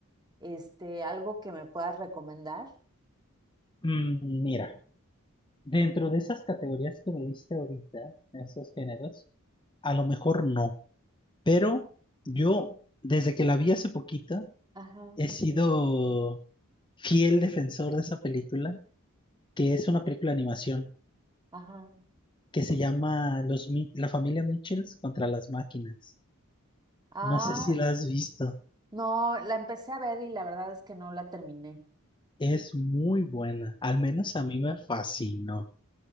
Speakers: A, on the right; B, on the left.
A: Este, algo que me puedas recomendar.
B: Mm, mira, dentro de esas categorías que me diste ahorita, esos géneros, a lo mejor no. Pero yo, desde que la vi hace poquito,
A: Ajá,
B: he sido fiel defensor de esa película, que es una película de animación,
A: ajá.
B: que se llama Los, Mi- La familia Mitchells contra las máquinas.
A: Ah,
B: No sé si la has visto.
A: no, la empecé a ver y la verdad es que no la terminé.
B: Es muy buena, al menos a mí me fascinó.